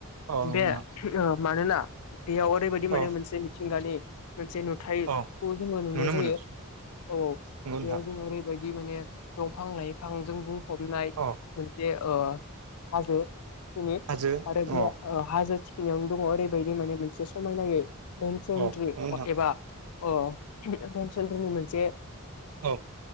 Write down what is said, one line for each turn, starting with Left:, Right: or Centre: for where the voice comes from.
Right: औ नंगौ
Left: बे
Right: नोंथां
Left: ओ मानोना बेयाव ओरैबायदि
Right: औ
Left: माने मोनसे मिथिंगानि मोनसे नुथायाइखौ
Right: औ
Left: जोङो नुनाय
Right: नुनो
Left: जायो
Right: मोनो
Left: औ औ
Right: नंगौ नोंथां
Left: बेयाव जों ओरैबाय दि माने दंफां लाइफांजों बुंफबनाय
Right: औ
Left: मोनसे ओ हाजो थिखिनि
Right: हाजो
Left: आरो
Right: अ
Left: बे ओ हाजो थिखि नियावनो दङ ओरैबायदि माने मोनसे समायनायै अनसन्त्रि
Right: अ नंगौ नोंथां
Left: एबा अ राम चन्द्रनि मोनसे
Right: औ